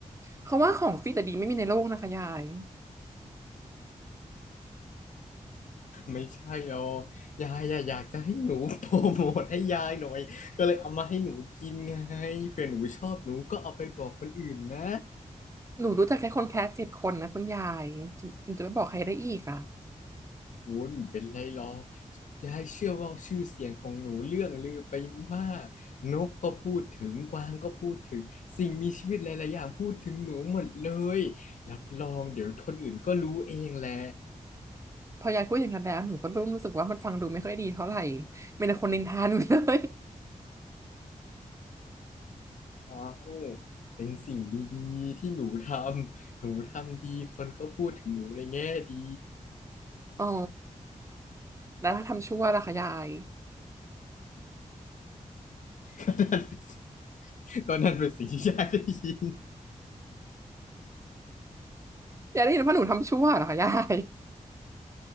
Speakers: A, on the right; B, on the left.
A: เขาว่าของฟรีแต่ดีไม่มีในโลกนะคะยาย
B: ไม่ใช่หรอกยายอะอยากจะให้หนูโปรโมทให้ยายหน่อยก็เลยเอามาให้หนูกินไงเผื่อหนูชอบหนูก็เอาไปบอกคนอื่นนะ
A: หนูรู้จักแค่คนแคสเจ็ดคนนะคุณยายถึงถึงจะไม่บอกใครได้อีกอ่ะ
B: โอ้ยมันเป็นไรหรอกยายเชื่อว่าชื่อเสียงของหนูเรื่องลือไปมากนกก็พูดถึงกวางก็พูดถึงสิ่งมีชีวิตหลายๆอย่างพูดถึงหนูหมดเลยรับรองเดี๋ยวคนอื่นก็รู้เองแหละ
A: พอยายพูดอย่างนั้นแล้วหนูก็เริ่มรู้สึกว่ามันฟังดูไม่ค่อยดีเท่าไหร่มีแต่คนนินทาหนูเลย
B: ว้าวเป็นสิ่งดีๆที่หนูทำหนูทำดีคนก็พูดถึงหนูในแง่ดี
A: <laughs> อ๋อแล้วถ้าทำชั่วล่ะคะยาย
B: <laughs> ก็นั่นเป็นสิ่งที่ยายได้ยิน
A: ยายได้ยินว่าหนูทำชั่วเหรอคะยาย